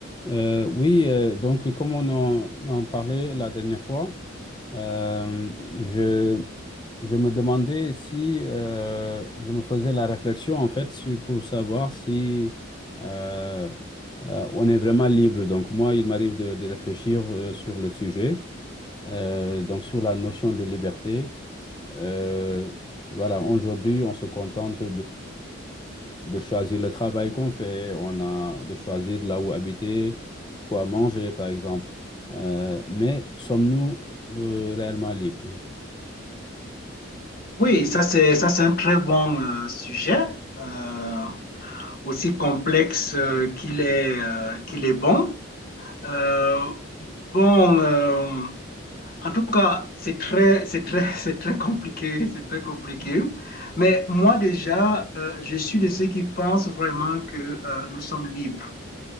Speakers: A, on the left; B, on the left.
A: Euh, oui, euh, donc comme on en, en parlait la dernière fois, euh, je, je me demandais si euh, je me faisais la réflexion en fait sur- pour savoir si euh, euh, on est vraiment libre. Donc moi, il m'arrive de, de réfléchir euh, sur le sujet, euh, donc sur la notion de liberté. Euh, voilà, aujourd'hui, on se contente de choisir le travail qu'on fait, on a de choisir là où habiter, quoi manger, par exemple. Euh, mais sommes-nous euh, réellement libres?
B: Oui, ça c'est ça c'est un très bon euh, sujet, euh, aussi complexe euh, qu'il est euh, qu'il est bon. Euh, bon, euh, en tout cas, c'est très c'est très <laughs> c'est très compliqué, c'est très compliqué. Mais moi déjà, euh, je suis de ceux qui pensent vraiment que euh, nous sommes libres.